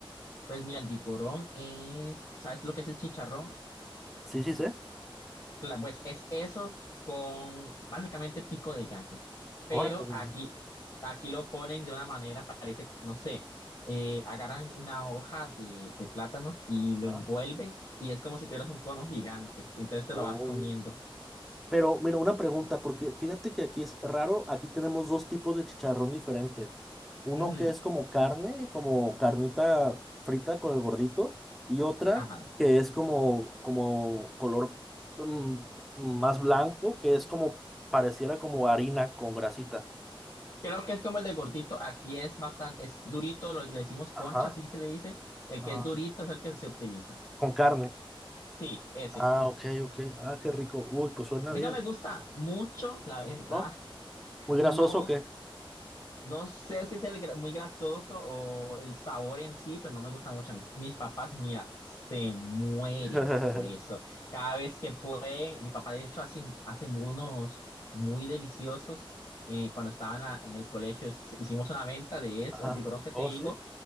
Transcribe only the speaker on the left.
Pues mira, el vigorón es, ¿sabes lo que es el chicharrón?
Cla- Pues es eso con básicamente pico de gallo. Pero
aquí, aquí lo ponen de una manera, parece, no sé, eh, agarran una hoja de, de plátano y lo
envuelven y es como si tuvieras un cono gigante y entonces te
lo vas comiendo.
Ujú,
ajá.
Creo que es como el de gordito, aquí es bastante, es durito, lo, le decimos concha,
así se le dice. El
que es durito es el que se utiliza.
Sí, ese.
A
mí no me
gusta mucho, la verdad.
<laughs>
No,
No sé si es el gra- muy grasoso o el sabor en sí, pero no me gusta mucho. Mis, mis papás, mira, se mueren
por eso. Cada vez que puede, mi papá de hecho hace, hace unos muy deliciosos. Eh, cuando estaba en, la- en el colegio s- hicimos una venta de eso,
el vigorón que
te digo,